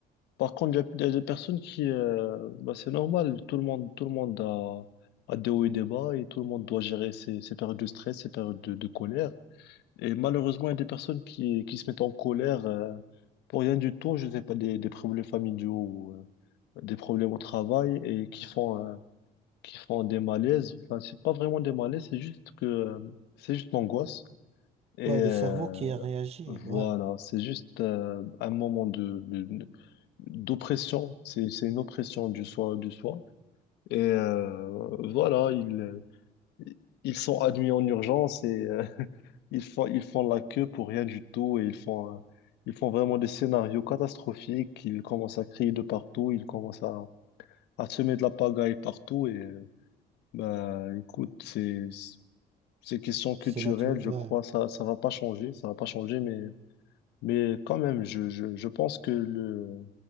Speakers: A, on the left; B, on the right.
A: Par contre, il y, a il y a des personnes qui, euh, bah, c'est normal, tout le monde, tout le monde a, a des hauts et des bas et tout le monde doit gérer ses, ses périodes de stress, ses périodes de, de colère. Et malheureusement, il y a des personnes qui, qui se mettent en colère euh, pour rien du tout, je ne sais pas, des, des problèmes familiaux ou euh, des problèmes au travail et qui font, euh, qui font des malaises. Enfin, c'est pas vraiment des malaises, c'est juste que euh, c'est juste l'angoisse. Et,
B: Ouais,
A: euh,
B: le cerveau qui a réagi.
A: voilà,
B: Ouais.
A: c'est juste euh, un moment de, de- d'oppression, c'est, c'est une oppression du soi, du soi. Et euh, voilà, ils, euh, ils sont admis en urgence et euh, <laughs> ils font, ils font la queue pour rien du tout et ils font, euh, ils font vraiment des scénarios catastrophiques. Ils commencent à crier de partout, ils commencent à, à semer de la pagaille partout. Et euh, bah, écoute, c'est, c'est question culturelle,
B: C'est naturel.
A: je
B: Ouais.
A: crois, ça, ça va pas changer, ça va pas changer, mais. Mais quand même, je, je, je pense que le,